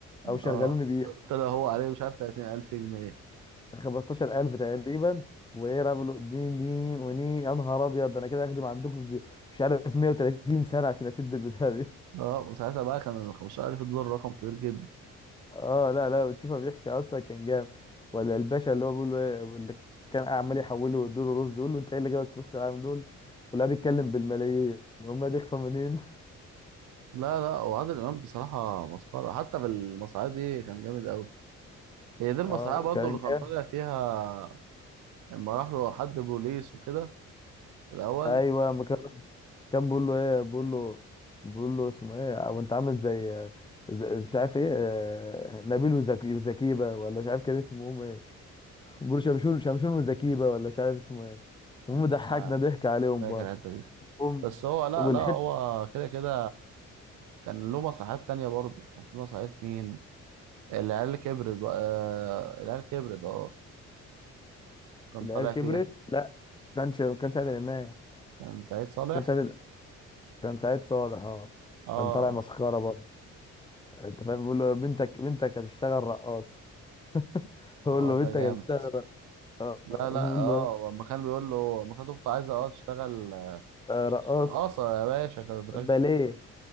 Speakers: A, on the left; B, on the right.
A: او شغلوني
B: اه
A: بيها
B: طلع هو عليه مش عارف 30000 جنيه
A: 15000 تقريبا وايه راح بقول له اديني دي وني يا نهار ابيض ده انا كده اخدم عندكم مش عارف 130 سنه عشان اسد البتاع دي
B: اه وساعتها بقى كان ال 15000 دول رقم كبير جدا
A: اه لا لا بتشوفها بيحكي اصلا كان جاب ولا الباشا اللي هو بيقول له ايه اللي كان عمال يحوله ويديله رز يقول له انت ايه اللي جابك في وسط العالم دول ولا بيتكلم بالملايين هم دي اخفى منين
B: لا لا وعادل امام بصراحه مسخره حتى في المسرحيه دي كان جامد قوي
A: <laughs>
B: هي دي المسرحيه
A: اه
B: برضه
A: كان
B: اللي كان
A: جاب
B: طالع فيها لما راح له حد بوليس وكده في الاول
A: ايوه ما كان كان بيقول له ايه بيقول له بيقول له اسمه ايه وانت عامل زي زي- مش عارف ايه آه، نبيل وزكي وزكيبه ولا مش عارف كان اسمه هم ايه بيقول له شمشون شمشون وزكيبه ولا مش عارف اسمه ايه هم
B: مش
A: ضحكنا
B: عارف
A: ضحك عليهم
B: فاكر
A: برضه
B: الحته دي
A: هم
B: بس هو لا
A: والحته
B: لا هو كده كده كان له مسرحيات تانية برضه كان في مسرحيه مين العيال كبرت بقى آه، العيال كبرت اه كان
A: العيال
B: طالع
A: كبرت
B: فيها
A: لا ما كانش ما كانش عادل امام
B: كان سعيد صالح
A: كان سعيد كان سعيد صالح اه
B: اه
A: كان طالع مسخره برضه انت فاهم بيقول له بنتك بنتك هتشتغل رقاص <laughs> بيقول
B: اه
A: له
B: ده
A: بنتك
B: جامد
A: هتشتغل رقاص آه،
B: لا
A: آه.
B: لا
A: بيقول
B: اه
A: له إيه؟
B: لما كان بيقول له لما كانت اخته عايزه اه تشتغل آه،
A: آه،
B: مش
A: رقاص
B: هتشتغل- اه صار يا باشا كانت
A: باليه